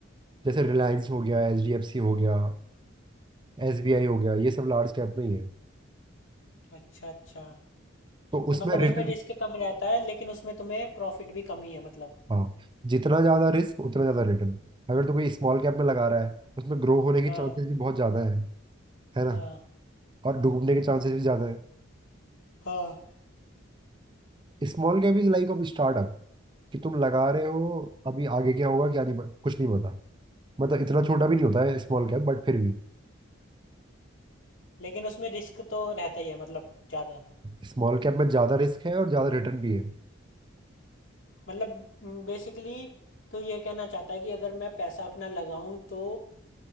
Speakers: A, on the right (about 20°); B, on the left (about 70°).
A: जैसे रिलायंस हो गया एच डी एफ सी हो गया एस बी आई हो गया ये सब लार्ज कैप में ही है
B: अच्छा अच्छा
A: तो
B: तो
A: उसमें
B: मतलब उसमें
A: रिटर्न
B: रिस्क कम रहता है लेकिन उसमें तुम्हें प्रॉफिट भी कम ही है मतलब
A: हाँ जितना ज्यादा रिस्क उतना ज्यादा रिटर्न अगर तो कोई स्मॉल कैप में लगा रहा है उसमें ग्रो होने के
B: हाँ
A: चांसेस भी बहुत ज्यादा है है ना
B: हाँ
A: और डूबने के चांसेस भी ज्यादा है
B: हाँ
A: Small cap is like of startup कि तुम लगा रहे हो अभी आगे क्या होगा क्या नहीं प- कुछ नहीं पता मतलब इतना छोटा भी नहीं होता है स्मॉल कैप बट फिर भी
B: लेकिन उसमें रिस्क तो रहता ही है मतलब ज़्यादा
A: स्मॉल कैप में ज्यादा रिस्क है और ज्यादा रिटर्न भी है
B: मतलब बेसिकली तो ये कहना चाहता है कि अगर मैं पैसा अपना लगाऊं तो